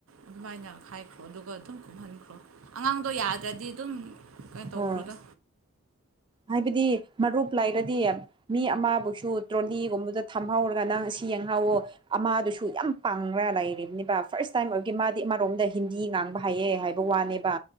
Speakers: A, on the right; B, on the right.
A: ꯑꯗꯨꯃꯥꯏꯅ ꯍꯥꯏꯥꯏꯈ꯭ꯔꯣ ꯑꯗꯨꯒ ꯑꯗꯨꯝ ꯀꯨꯝꯍꯟ ꯭ꯔꯣ ꯑꯉꯥꯡꯗꯣ ꯌꯥꯗ꯭ꯔꯗꯤ ꯑꯗꯨꯝ ꯀꯩꯅꯣ
B: ꯍꯣꯏ
A: ꯇꯧꯈ꯭ꯔꯣꯗꯣ
B: ꯍꯥꯏꯕꯗꯤ ꯃꯔꯨꯞ ꯂꯩꯥꯏꯔꯗꯤ ꯃꯤ ꯑꯃꯕꯨꯁꯨ ꯇ꯭ꯔꯣꯂꯤꯒꯨꯝꯕꯗ ꯊꯝꯍꯧꯔꯒ ꯅꯪ ꯁꯤ ꯑꯃꯗꯨꯁꯨ ꯌꯥꯝ ꯄꯥꯡꯅ ꯂꯩꯔꯤꯕꯅꯤꯕ ꯐꯥꯔꯁ ꯇꯥꯏꯝ ꯑꯣꯏꯕꯒꯤ ꯃꯥꯗꯤ ꯑꯃꯥꯔꯣꯝꯗ ꯍꯤꯟꯗꯤ ꯉꯥꯡꯕ ꯍꯥꯏ ꯍꯥꯏꯩꯌꯦ ꯍꯥꯏꯕ ꯋꯥꯅꯦꯕ